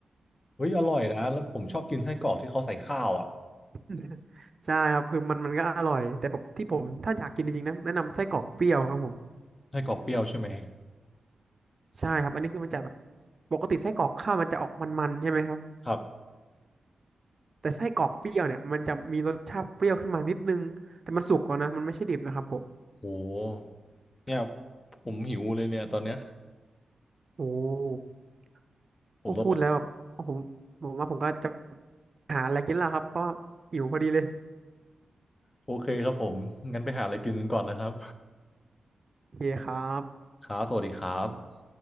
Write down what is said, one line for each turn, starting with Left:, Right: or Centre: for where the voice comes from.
Left: เฮ้ยอร่อยนะแล้วผมชอบกินไส้กรอกที่เขาใส่ข้าวอ่ะ
Right: <laughs> ใช่ครับคือมันมันก็อร่อยแต่แบบที่ผมถ้าอยากกินจริงๆนะแนะนำไส้กรอกเปรี้ยวครับผม
Left: ไส้กรอกเปรี้ยวใช่ไหม
Right: ใช่ครับอันนี้คือมันจะแบบปกติไส้กรอกข้าวมันจะออกมันๆใช่ไหมครับ
Left: ครับ
Right: แต่ไส้กรอกเปรี้ยวเนี่ยมันจะมีรสชาติเปรี้ยวขึ้นมานิดนึงแต่มันสุกก่อนนะมันไม่ใช่ดิบนะครับผม
Left: โหเนี่ยผมหิวเลยเนี่ยตอนเนี้ย
Right: โอ้โ
Left: ผมต้อง
Right: หพูดแล้วแบบผมผมว่าผมก็จะหาอะไรกินแล้วครับเพราะว่าหิวพอดีเลย
Left: โอเคครับผม งั้นไปหาอะไรกินกันก่อนนะครับ
Right: โอเคครับ
Left: ครับ สวัสดีครับ